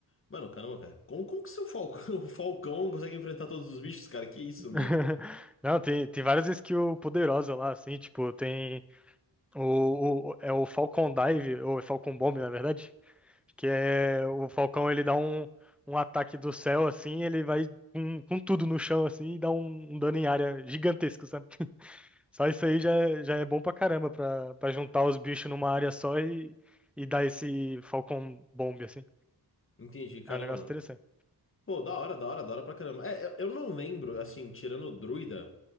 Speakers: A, on the left; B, in the centre.
A: mano, caramba, cara. Como, como que seu falcão, <laughs> o falcão consegue enfrentar todos os bichos, cara? Que isso,
B: <laughs>
A: mano?
B: Não, tem, tem várias skills poderosas lá, assim, tipo, tem. O, o- é o Falcon Dive, ou é Falcon Bomb, na verdade, que é o Falcão, ele dá um, um ataque do céu, assim, ele vai com, com tudo no chão, assim, e dá um, um dano em área gigantesco, sabe? Só isso aí já, já é bom pra caramba, pra, pra juntar os bichos numa área só e, e dar esse Falcon Bomb, assim.
A: Entendi, caramba,
B: É um negócio
A: mano.
B: interessante.
A: Pô, da hora, da hora, da hora pra caramba. É, eu, eu não lembro, assim, tirando o Druida,